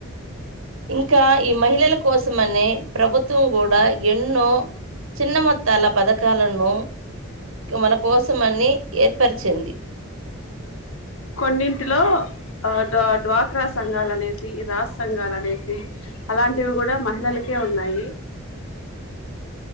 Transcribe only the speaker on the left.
కొన్నింటిలో ఆ ద డ్వాక్రా సంఘాల అనేసి రాజ సంఘాలు అనేసి అలాంటివి కూడా మహిళలకే ఉన్నాయి